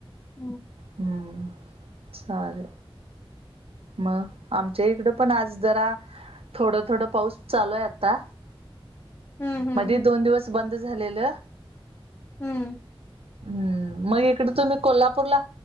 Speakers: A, on the left; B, on the right.
A: हम्म्.
B: हम्म् चालेल. मग आमच्या इकड पण आज जरा थोडं थोडं पाऊस चालूय आता
A: हम्म हम्म
B: मधी
A: हम्म
B: दोन दिवस बंद झालेलं
A: हम्म
B: हम्म मग इकड तुम्ही कोल्हापूरला